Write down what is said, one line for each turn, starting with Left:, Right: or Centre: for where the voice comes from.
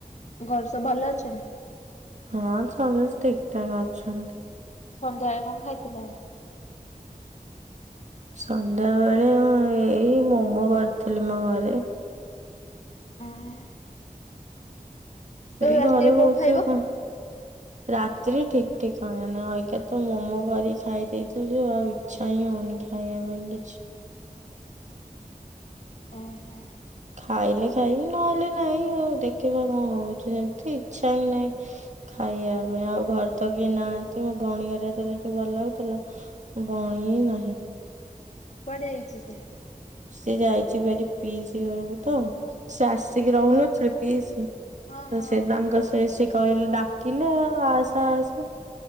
Left: ଘରେ ସବୁ ଭଲ ଅଛନ୍ତି।
Right: ହଁ ସମସ୍ତ ଠିକଠାକ୍ ଅଛନ୍ତି।
Left: ସନ୍ଧ୍ୟାବେଳେ କଣ ଖାଇଥିଲ?
Right: ସନ୍ଧ୍ୟାବେଳେ <unintelligible> ଏଇ ମୋମୋ କରିଥିଲି ମ ଘରେ।
Left: ଓଁ।
Right: ସେ ଘରେ
Left: ରାତିରେ
Right: ବୋହୁଚୁ
Left: କଣ ଖାଇବ?
Right: କଁ। ରାତିିରେ ଠିକ୍ ଠିକ୍ କଣ ନା <unintelligible> ତ ମୋମୋ କରିକି ଖାଇ ଦେଇଥିଲୁ ଆଉ ଇଚ୍ଛା ହିଁ ହୋଉନି ଖା ଇବା ପାଇଁ କିଛି।
Left: ଓହୋ।
Right: ଖାଇଲେ ଖାଇବି ନହେଲେ ନାଇଁ ଆଉ ଦେଖିବା କଣ ହଉଛି ସେମିତି ଇଚ୍ଛା ହିଁ ନାହିଁ। ଖାଇବା ପାଇଁ ଆଉ ଘରେ ତ କେହି ନାହାନ୍ତି ମୋ ଭୋଉଣୀ ଘରେ ଯେତେବେଳେ <unintelligible> ଭଲ ହୋଉଥିଲା। ବୋଉଣି ନାହିଁ।
Left: କୁଆଡେ଼ ଯାଇଛି ସେ?
Right: ସି ଯାଇଛି ବାରି ପିଇସି ଘରକୁ ତ ସେ ଆସିକି ରହୁନଥିଲେ ପିଇସି। ତ
Left: ହଁ ହଁ
Right: ସେ ତାଙ୍କ ସହି ସେ କହିଲେ ଡା କିଲେ ଆସେ ଆସେ